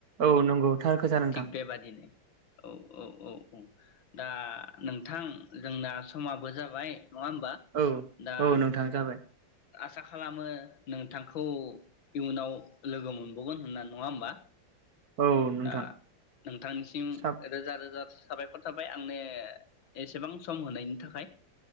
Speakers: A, on the right; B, on the left.
A: औ नंगौ थार खोथा नोंथां
B: थिग
A: ।
B: बेबादिनो औ औ औ औ ‌ दा नोंथां जोंना समाबो जाबाय नङा होमबा
A: औ
B: दा
A: औ नोंथां जाबाय
B: आसा खालामो नोंथांखौ इयुनाव लोगो मोनबावगोन होनना नङा होमबा ।
A: औ नोंथां
B: दा नोंथांनिसिम
A: साब
B: रोजा रोजा साबायखर थाबाय आंनो एसेबां सम होनायनि थाखाय